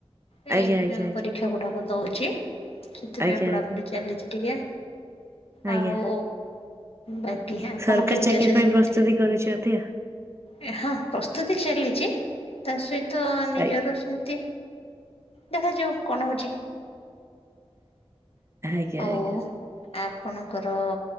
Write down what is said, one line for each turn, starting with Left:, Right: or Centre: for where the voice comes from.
Left: ଏ
Right: ଆଜ୍ଞା ଆଜ୍ଞା
Left: ଅଁ
Right: ଆଜ୍ଞା
Left: ପରୀକ୍ଷା ଗୁଡାକ ଦଉଛି ସେଥିପାଇଁ
Right: ଆଜ୍ଞା
Left: ପଢ଼ା
Right: ଆଜ୍ଞା
Left: ଚାଲିଛି ଟିକେ।
Right: ଆଜ୍ଞା
Left: ଆଉ ବାକି ଆପଣ
Right: ସରକାରୀ
Left: କେମିତି
Right: ଚାକିରି
Left: ଅଛନ୍ତି
Right: ପାଇଁ ପ୍ରସ୍ତୁତି
Left: ଦି
Right: କରୁଛନ୍ତି ଆଉ।
Left: ଏ ହଁ ପ୍ରସ୍ତୁତି ଚାଲିଛି ତା ସହିତ ନିଜର
Right: ଆଜ୍ଞା
Left: ସେମିତି। ଦେଖାଯାଉ କଣ ହଉଛି।
Right: ଆଜ୍ଞା
Left: ଆଉ
Right: ଆଜ୍ଞା
Left: ଆପଣଙ୍କର